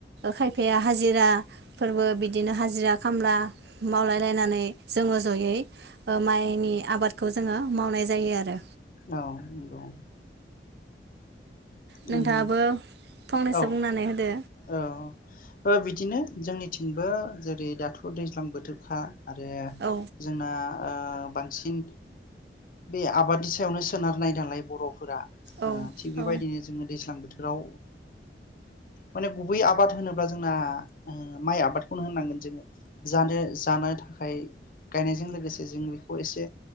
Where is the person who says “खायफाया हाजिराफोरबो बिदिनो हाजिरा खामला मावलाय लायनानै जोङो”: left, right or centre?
Right